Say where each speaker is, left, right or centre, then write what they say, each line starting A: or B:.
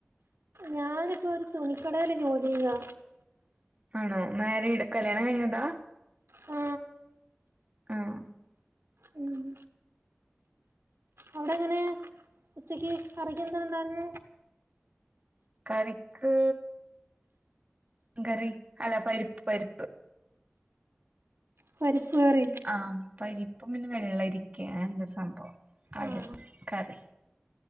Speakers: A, on the right; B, on the right.
A: ഞാനിപ്പോ ഒരു തുണിക്കടയില് ജോലി ചെയ്യാ.
B: ആണോ മാരിഡ് കല്യാണം കഴിഞ്ഞതാ.
A: ആ
B: ആഹ
A: ഉം അവിടെ എങ്ങനെ ഉച്ചക്ക് കറിക്ക് എന്താണ്ടായിരുന്നു.
B: കറിക്ക് കറി അല്ല പരിപ്പ് പരിപ്പ്.
A: പരിപ്പുകറി.
B: ആഹ് പരിപ്പും പിന്നെ വെള്ള ഇരിക്ക എന്തൊരു സംഭവം അതുംകറി.
A: ആഹ്